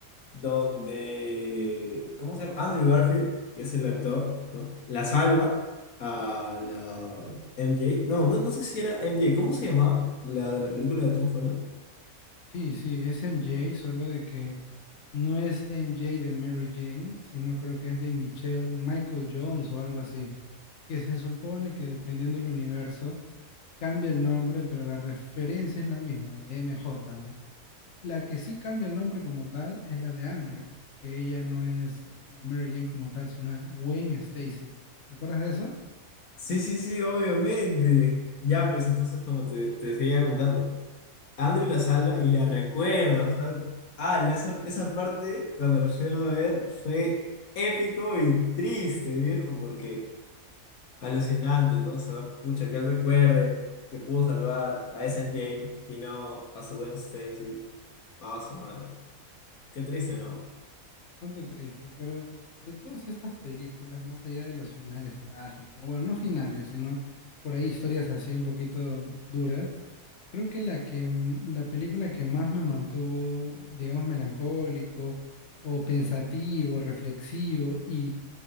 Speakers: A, on the left; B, on the left.
A: donde, ¿cómo se llama? Andrew Garfield, que es el actor, ¿no? La salva a la MJ. No, no, no sé si era MJ, ¿cómo se llamaba? La de la película de Tom Holland.
B: Sí, sí, es MJ, solo de que no es MJ de Mary Jane, sino creo que es de Michelle, Michael Jones o algo así, que se supone que dependiendo del universo cambia el nombre, pero la referencia es la misma, de MJ, ¿no? La que sí cambia el nombre como tal es la de Andrew, que ella no es la Mary Jane como tal, sino es Gwen Stacy. ¿Te acuerdas de eso?
A: Sí, sí, sí, obviamente. Ya, pues entonces, como te, te seguía contando, Andrew la salva y la recuerda. O sea, ah, la- esa, esa parte, cuando la fui a ver, fue épico y triste, viejo, porque Alucinante, ¿no? O sea, pucha, que él recuerde que pudo salvar a S. N J. y no a su buen Stacy, a su madre. Qué triste, ¿no?
B: Bastante triste, pero de todas estas películas, más allá de los finales trágicos, bueno, no finales, sino por ahí historias así un poquito duras, Creo que la que m- la película que más me mantuvo, digamos, melancólico o pensativo, reflexivo y